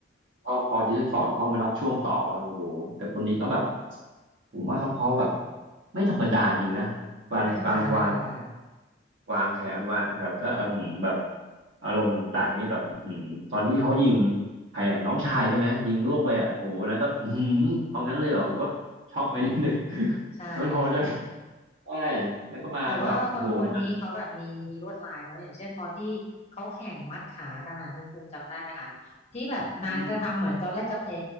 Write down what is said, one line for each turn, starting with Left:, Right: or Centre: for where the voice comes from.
Right: พอพอที่ต้นสอนเขามารับช่วงต่อแล้วโอ้โหแต่คนนี้ก็แบบผมว่าเขาเขาแบบไม่ธรรมดาจริงนะการการวาง
Left: ไม่ธรรมดาไม่ธรรมดา
Right: วางแขนวางแบบแล้วอืมแบบอารมณ์ต่างๆนี่แบบอืมตอนที่เขายิงใครอ่ะน้องชายใช่ไหมยิงล่วงไปอ่ะโหนั้นก็อืมเอางั้นเลยเหรอผมก็ช็อกไปนิดนึง <laughs>
Left: ใช่ใช่ค่ะ
Right: มันโหดจังใช่แล้วก็มาแบบโอ้โหมา
Left: แต่ว่าคนคนนี้เขาแบบมีมีลวดลายเนอะอย่างเช่นตอนที่เขาแข่งมัดขากันอ่ะคุณคุงจำได้ไหมคะที่แบบนางจะทำเหมือนตอนแรกจะแพ้
Right: อืม